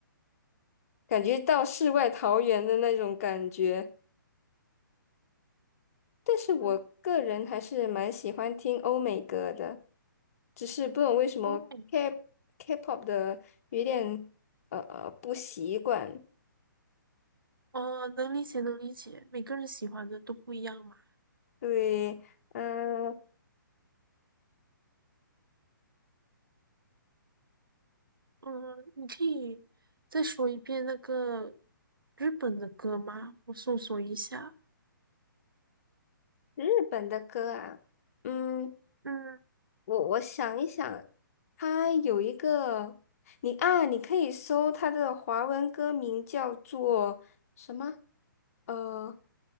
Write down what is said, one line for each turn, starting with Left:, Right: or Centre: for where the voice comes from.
Left: 感觉到世外桃源的那种感觉。但是我个人还是蛮喜欢听欧美歌的，
Right: 嗯，
Left: 只是不懂为什么
Right: 嗯
Left: K K-pop 的有点呃呃不习惯。
Right: 哦，能理解，能理解，每个人喜欢的都不一样嘛。
Left: 对，嗯、
Right: 嗯，你可以再说一遍那个日本的歌吗？我搜索一下。
Left: 日本的歌啊，嗯，
Right: 嗯，
Left: 我我想一想，它有一个你啊，你可以搜它的华文歌名叫做什么？呃。